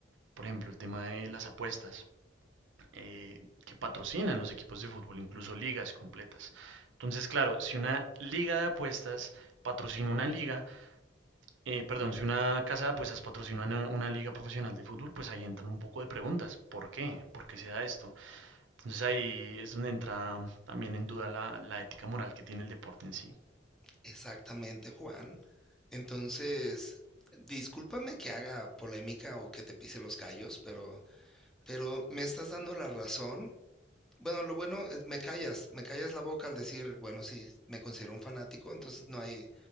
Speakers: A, on the right; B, in the centre.
A: por ejemplo, el tema de las apuestas, eh, que patrocinan los equipos de fútbol, incluso ligas completas. Entonces, claro, si una liga de apuestas patrocina una liga, eh, perdón, si una casa de apuestas patrocina una, una liga profesional de fútbol, pues ahí entran un poco de preguntas. ¿Por qué? ¿Por qué se da esto? Entonces ahí es donde entra también en duda la, la ética moral que tiene el deporte en sí.
B: Exactamente, Juan. Entonces, discúlpame que haga polémica o que te pise los callos, pero, pero me estás dando la razón Bueno, lo bueno es me callas, me callas la boca al decir, bueno, sí, me considero un fanático, entonces no hay,